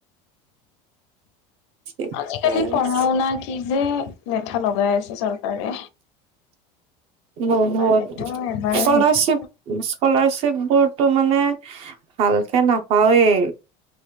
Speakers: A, on the right; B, on the left.
A: ঠিকে
B: আজিকালি
A: আছে
B: পঢ়া-শুনা কি যে লেঠা লগাই আছে চৰকাৰে
A: উম
B: এবাৰ
A: হু
B: এইটো এবাৰ
A: স্কলাৰশিপ
B: সেইটো
A: স্কলাৰশিপ পোৰটো মানে ভালকে নাপাওৱেই